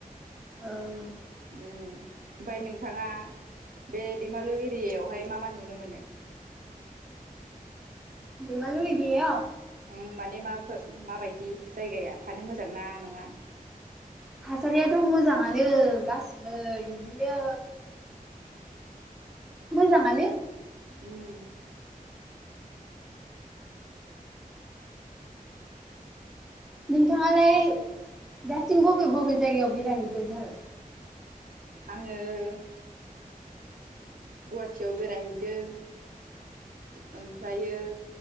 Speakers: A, in the centre; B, on the right (about 70°).
A: ओं
B: उम। ओमफाय नोंथाङा बे दैमालु एरियायावहाय मा मा नुनो मोनो?
A: दैमालु एरियायाव।
B: ओं माने मा माबायदि जायगाया थानो मोजां ना नङा।
A: थासारियाथ' मोजाङानो गासिबो <unintelligible> मोजाङानो।
B: उम।
A: नोंथाङालाय दासिम बबे बबे जायगायाव बेरायहैखोनो?
B: आङो गुवाहाटियाव बेरायहैदों। ओमफ्रायो